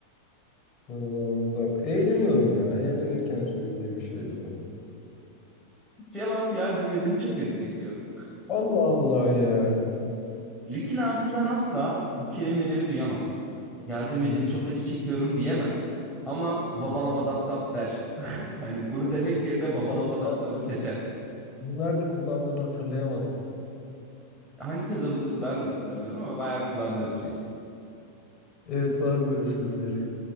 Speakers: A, on the left; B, in the centre.
A: Bla bla bla bla. Eğleniyorum ya. Eğlenirken söylediği bir şeydir bu.
B: Cevap yardım edin. Çok acı çekiyorum.
A: Allah Allah ya.
B: Rick'in ağzından asla bu kelimeleri duyamazsın. Yardım edin
A: Hı
B: çok acı çekiyorum diyemez. Ama vabalabadaptap der. <laughs> Hani bunu demek yerine vabalabadaptapı
A: hı.
B: seçer.
A: Nerede kullandığını hatırlayamadım.
B: Hangi sezonda ben de hatırlamıyorum ama bayağı kullandığı bir şey.
A: Evet var böyle sözleri.